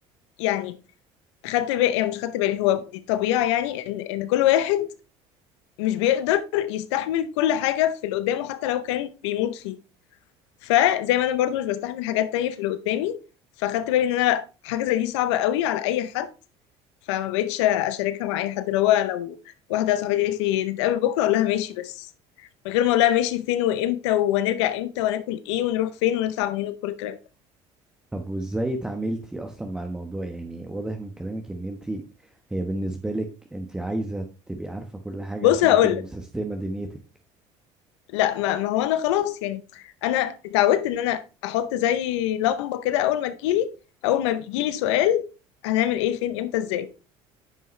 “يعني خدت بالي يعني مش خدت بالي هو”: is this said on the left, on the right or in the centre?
Left